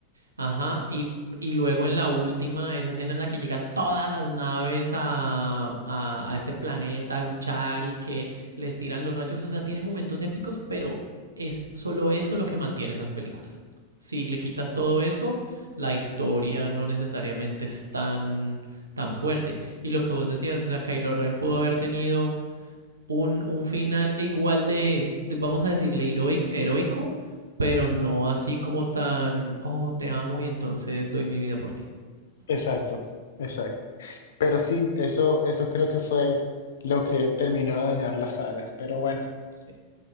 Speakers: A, on the right; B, on the left.
A: Ajá, y, y luego en la última, esa escena en la que llegan todas las naves a, a, a este planeta a luchar y que les tiran los rayos, o sea, tiene momentos épicos, pero es solo eso lo que mantiene esas películas. Si le quitas todo eso, la historia no necesariamente es tan, tan fuerte. Y lo que vos decías, o sea, Kylo Ren pudo haber tenido un, un final igual de, de, vamos a decirle, heroic, heroico, pero no así como tan, oh, te amo y entonces doy mi vida por ti.
B: Exacto, exacto. Pero sí, eso, eso creo que fue lo que terminó de dañar la saga. Pero bueno,
A: Sí.